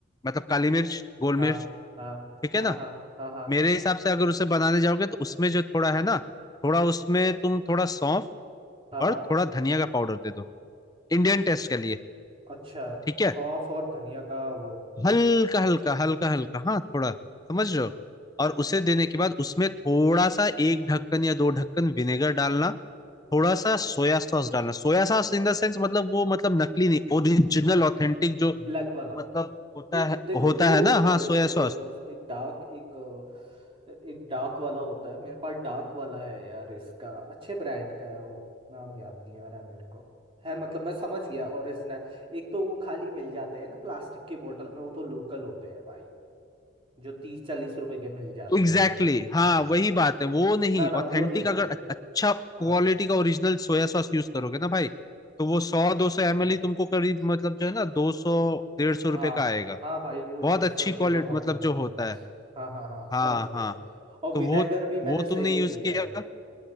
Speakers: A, on the left; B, on the right.
A: मतलब काली मिर्च गोल
B: हाँ
A: मिर्च
B: हाँ
A: ठीक है
B: हाँ
A: ना
B: हाँ हाँ हाँ
A: मेरे हिसाब से अगर उसे बनाने जाओगे तो उसमें जो थोड़ा है ना थोड़ा उसमें तुम थोड़ा सौंफ
B: हाँ
A: और
B: हाँ
A: थोड़ा धनिया का पाउडर दे दो इंडियन टेस्ट के लिए
B: अच्छा
A: ठीक है
B: सौंफ और धनिया का वो
A: हल्का हल्का हल्का हल्का हाँ थोड़ा समझ रहे हो और उसे देने के बाद उसमें थोड़ा सा एक ढक्कन या दो ढक्कन विनेगर डालना थोड़ा सा सोया सॉस डालना Soya sauce in the sense मतलब वो मतलब नकली नहीं ओरिजिनल ऑथेंटिक जो
B: ब्लैक वाला
A: मतलब होता
B: एक
A: है
B: देखो
A: होता
B: दो
A: है
B: होते
A: ना हाँ
B: हैं
A: सोया
B: सोया
A: सॉस
B: सॉस एक डार्क एक अ, एक डार्क वाला होता है मेरे पास डार्क वाला है यार इसका अच्छे ब्रांड का है वो नाम याद नहीं आ रहा है मेरे को है मतलब मैं समझ गया ओरिजिनल एक तो वो खाली मिल जाते हैं ना प्लास्टिक की बोतल में वो तो लोकल होते हैं भाई जो तीस चालीस रुपए के मिल जाते
A: एग्जैक्टली
B: हैं
A: exactly, हाँ
B: अ,
A: वही बात है वो नहीं
B: ना ना
A: ऑथेंटिक
B: वो नहीं
A: अगर अ- अच्छा
B: अ,
A: क्वालिटी का ओरिजिनल सोया सॉस यूज करोगे ना भाई तो वो सौ दो सौ एम एल ही तुमको करीब मतलब जो है ना दो सौ डेढ़ सौ रुपए
B: हाँ
A: का आएगा
B: हाँ भाई वो
A: बहुत
B: ढाई
A: अच्छी
B: सौ रुपये
A: क्वालिटी
B: का बॉटल
A: मतलब
B: है
A: जो
B: मेरे
A: होता
B: पास
A: है
B: हाँ हाँ हाँ
A: हाँ
B: समझ गया
A: हाँ
B: और
A: तो
B: विनेगर
A: वो
B: भी मैंने
A: वो
B: सेम
A: तुमने
B: ही
A: यूज
B: लिया
A: किया
B: है